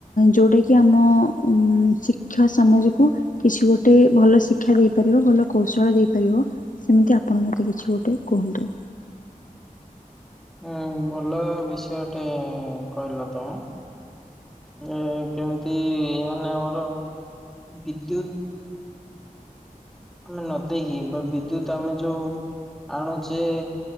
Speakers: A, on the left; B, in the centre.
A: ଯୋଉଟା କିି ଆମ ଉ ଶିକ୍ଷା ସମାଜକୁ କିଛି ଗୋଟେ ଭଲ ଶିକ୍ଷା ଦେଇପାରିବା ଭଲ କୌଶଳ ଦେଇ <unintelligible> ସେମିତି ଆପଣଙ୍କ ମତେ କିଛି ଗୋଟେ କୁହନ୍ତୁ।
B: ଉଁ ଭଲ ବିଷୟଟେ କହିଲ ତମେ। ଏ କେମିତି <unintelligible> ଆମର ବିଦ୍ୟୁତ ଆମେ ନ ଦେଇକି ବା ବିଦ୍ୟୁତ୍ ଆମେ ଯେଉଁ ଆଣୁଛେ